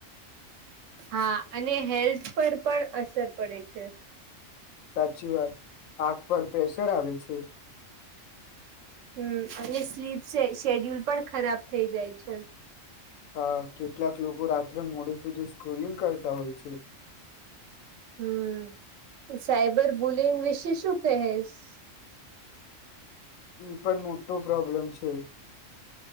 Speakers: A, on the right; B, on the left.
A: હા અને હેલ્થ પર પણ અસર પડે છે.
B: સાચી વાત આખ પર પ્રેશર આવે છે.
A: હમ અને સ્લીપ શે શેડ્યુલ પણ ખરાબ થઈ જાય છે.
B: હ કેટલાક લોકો રાત્રે મોડે સુધી સ્ક્રોલિંગ કરતા હોય છે.
A: હમ સાયબર બુલિંગ વિશે શું કહેશ
B: એ પણ મોટો પ્રોબ્લમ છે.